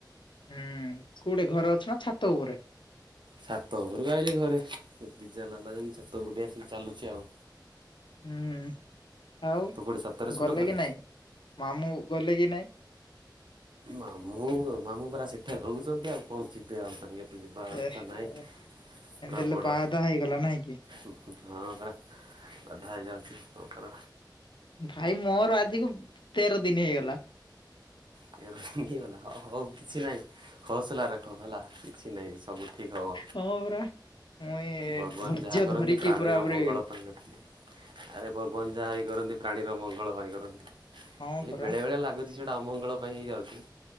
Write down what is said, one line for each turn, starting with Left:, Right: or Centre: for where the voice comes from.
Left: ହୁଁ କୋଉଟେ ଘରେ ଅଛ ନା ଛାତ ଉପରେ?
Right: ଛାତ ଉପରୁକୁ ଆାଇିଲି ଘରେ ପିଜା ଲାଗା ଯେି ଛାତ ଉପରକୁ ଆସିକି ଚାଲୁଛି ଆଉ।
Left: ହୁଁ ଆଉ
Right: ତୁ କୋଉଠି ଛାତରେ ଅଛୁ
Left: ଗଲେ
Right: ନା ଘରେ?
Left: କି ନାଇଁ ମାମୁଁ ଗଲେ କି ନାଇଁ?
Right: ମାମୁଁ ମାମୁଁ ପରା ସେଠାରେ ରହୁଛନ୍ତି ଆଉ କଣ ଯିବେ ଆଉ ସାଙ୍ଗେରେ। କିଛି ବାର୍ତା
Left: ଏହେ
Right: ନାହିଁ
Left: ଏମିତି
Right: ପୁରା
Left: ହେଲେ
Right: ବଡ଼।
Left: ବାହାଦାହା ହେଇଗଲା ନାଇଁ କି?
Right: ହଁ ପରା ଗାଢା ହେଇଯାଉଛି ହଁ ପରା।
Left: ଭାଇ ମୋର ଆଜିକୁ ତେର ଦିନ ହେଇଗଲା।
Right: ତେରଦିନ ହେଇଗଲା ହଁ ହଉ କିଛି ନାହିଁ। <unintelligible> ରଖୋ ହେଲା କିଛି ନାହିଁ ସବୁ ଠିକ ହବ।
Left: ହଁ ପରା। ମୁଇଁ
Right: ଭଗବାନ
Left: ଧୈର୍ଯ୍ୟ
Right: ଯାହା କରନ୍ତି
Left: ଧରିକି
Right: ପ୍ରାଣୀର
Left: ପୁରା ପୁରି
Right: ମଙ୍ଗଳ ପାଇଁ କଥ ଆରେ ଭଗବନ ଯାହା ବି କରନ୍ତି ପ୍ରାଣୀର ମଙ୍ଗଳ ପାଇଁ କରନ୍ତି।
Left: ହଁ
Right: ଖାଲି
Left: ପରା।
Right: ବେଳେବେଳେ ଲାଗୁଛି ସେଇଟା ଅମଙ୍ଗଳ ପାଇଁ ହେଇଯାଉଛି